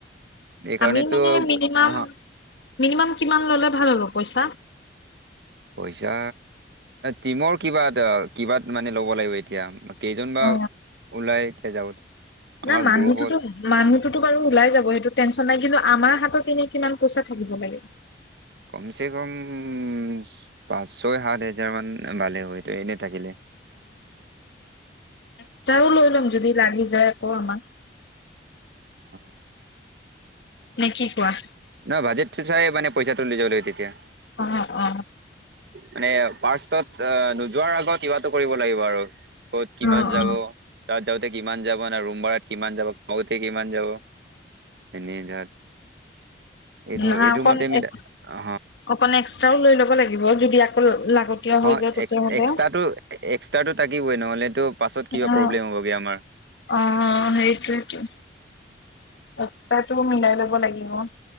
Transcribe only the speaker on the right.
এইকাৰণেতো
আহ
পইচা টিমৰ কিবা এ কিবাত মানে ল'ব লাগিব এতিয়া। কেইজন বা
ওলাই এতিয়া যাব আমাৰ
গ্ৰুপত
কম চে কম উ পাঁচ ছয় সাত হেজাৰ মান ভালে হয়ত এনে। থাকিলে।
উ
নহ বাজেট চাই মানে পইচাটো লৈ যাব লাগিব তেতিয়া।
মানে পাৰ্ষটত নোযোৱাৰ আগত কিবাটো কৰিব লাগিব আৰু। ক'ত কিমান
যাব
তাত যা কিমান যাব ন ৰুম ভাৰাত কিমান যাব। কিমান যাব এনে যাত এইটো
এইটো
মতে মিলা
অ
অ
এক্সট্ৰটো এক্সট্ৰটো থাকিবই নহ'লেতো পাছত কিবা
প্ৰব্লেম হ'বগে আমাৰ।